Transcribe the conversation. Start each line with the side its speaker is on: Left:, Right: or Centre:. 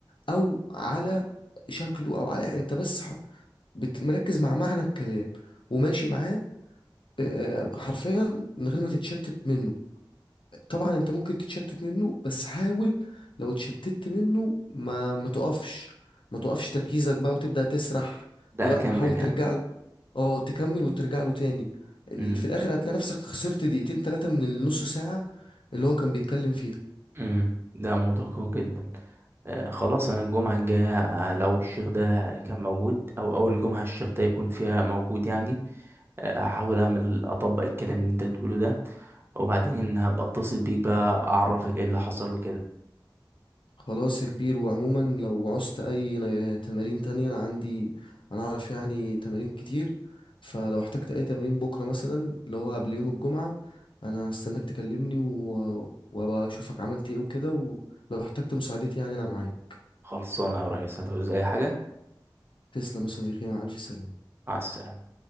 Left: او على شكله او على يعني انت بس ح- بت- مركز مع معنى الكلام وماشي معاه آه، حرفيا من غير ما تتشتت منه طبعا انت ممكن تتشتت منه بس حاول لو اتشتتت منه ما ما تقفش ما تقفش تركيزك بقى وتبدأ تسرح
Right: لا
Left: لا
Right: اكمل
Left: حاول ترجع
Right: يعني
Left: له اه تكمل وترجع له تاني ال-
Right: امم
Left: في الاخر هتلاقي نفسك خسرت دقيقتين ثلاثة من النص ساعة اللي هو كان بيتكلم فيها
Right: امم ده موضوع قوي جدا آه، خلاص انا الجمعه الجايه آه، لو الشيخ ده كان موجود او اول جمعه الشيخ ده يكون فيها موجود يعني آه، هحاول اعمل اطبق الكلام اللي انت بتقوله ده وبعدين هبقى اتصل بيك بقى اعرفك ايه اللي حصل وكده
Left: خلاص يا كبير وعموما لو عوزت اي ن- تمارين تانية انا عندي انا اعرف يعني تمارين كتير فلو احتجت اي تمارين بكرة مثلا اللي هو قبل يوم الجمعة انا هستناك تكلمني و... وابقى اشوفك عملت ايه وكده ولو احتجت مساعدتي يعني انا معاك
Right: خلصانه يا ريس هتعوز اي حاجه
Left: تسلم يا صديقي مع الف سلامة
Right: مع السلامة